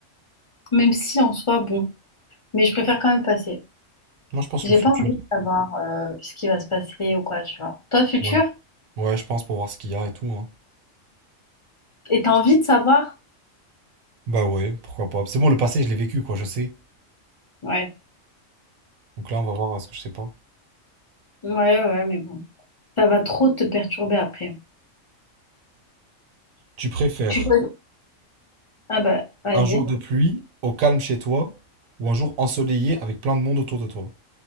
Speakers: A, on the left; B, on the right.
A: Même si en soi, bon. Mais je préfère quand même passer.
B: Moi, je pense
A: J'ai
B: le futur.
A: pas envie de savoir euh, ce qui va se passer ou quoi, tu vois. Toi, futur,
B: Ouais. Ouais, je pense pour voir ce qu'il y a et tout, hein.
A: et t'as envie de savoir?
B: Bah ouais, pourquoi pas. C'est bon, le passé, je l'ai vécu, quoi, je sais.
A: Ouais.
B: Donc là, on va voir euh, ce que je sais pas.
A: Ouais, ouais, mais bon. Ça va trop te perturber après.
B: Tu préfères
A: Tu choisis. Ah bah, vas-y.
B: un jour de pluie au calme chez toi ou un jour ensoleillé avec plein de monde autour de toi?